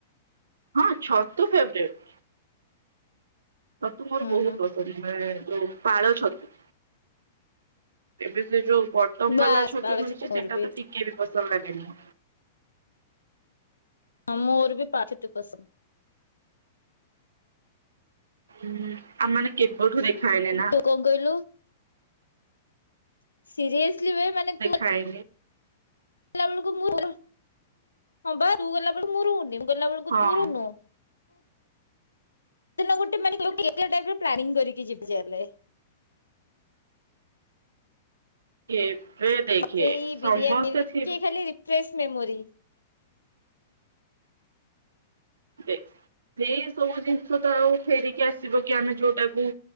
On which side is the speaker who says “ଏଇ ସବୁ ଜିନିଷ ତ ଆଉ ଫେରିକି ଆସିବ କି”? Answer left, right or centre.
Right